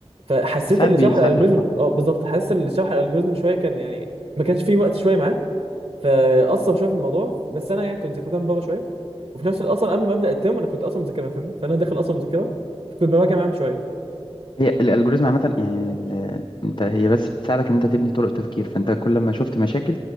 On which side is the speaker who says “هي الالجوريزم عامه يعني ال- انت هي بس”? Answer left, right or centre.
Left